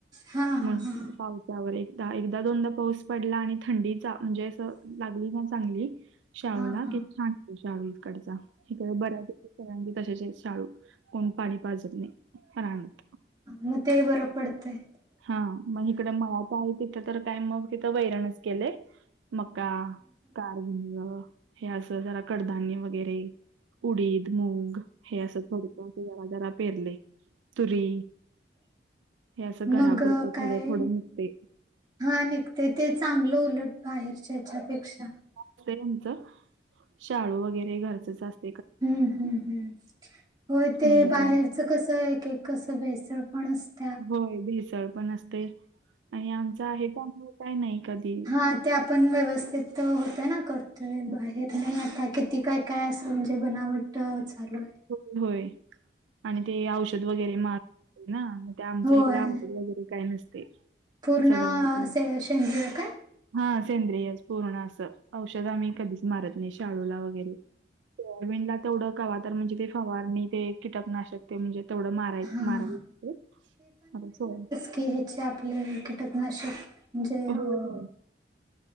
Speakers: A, on the right; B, on the right.
A: हा हा
B: म्हणून
A: हा
B: पाऊस त्यावर एकदा, एकदा दोनदा पाऊस पडला आणि थंडीचा म्हणजे असं लागली ना चांगली शाळूला
A: हा हा
B: कि छान. शाळू इकडचा, इकडे बऱ्याैकी सगळ्यांची तशचे शाळू कोण पाणी पाजत नाही. ह्या रानात.
A: म ते बर पडतय.
B: हा मग हीकड मळात आहे, तिथं तर काय मग तिथं वैरणच केलंय. मका कारगण <unintelligible> हे असं जरा कडधान्य वगैरे उडीद मूग हे असं थोडक जरा जरा पेरले तुरी. हे असं घरापुरतं
A: मग काय?
B: थोडं थोडं निघतंय.
A: हा निघते ते चांगलं उलट बाहेरच्या याच्यापेक्षा.
B: <unintelligible> शाळू वगैरे घरचच असत.
A: हम्म हम् हम्, होय ते
B: मग
A: बाहेरच कसं एक एक कसं भेसळ पण असत
B: होय भेसळ पण असते आणि आमच आहे तर आम्हाला काय नाही कधी.
A: हा ते आपण व्यवस्थित होत ना, करतोय बाहेर नाही आता कि ती काय काय असं म्हणजे बनावट चालू आहे.
B: हो होय आणि ते औष द वगैरे मारताना ते आमच्या
A: होय
B: इकड औषध वगैरे काय नसते.
A: पूर्ण
B: सगळं असं
A: से सेंद्रिय काय?
B: हा सेंद्रियच पूर्ण असं औषध आम्ही कधीच मारत नाही शाळूला वगैरे ते अरविंदला तेवढं कवा तर म्हणजे ते फवारणी ते कीटकनाशक ते म्हणजे तेवढं माराय
A: हा
B: माराया लागते
A: कीडीचे आपले कीटकनाशक म्हणजे
B: हो
A: अ
B: होय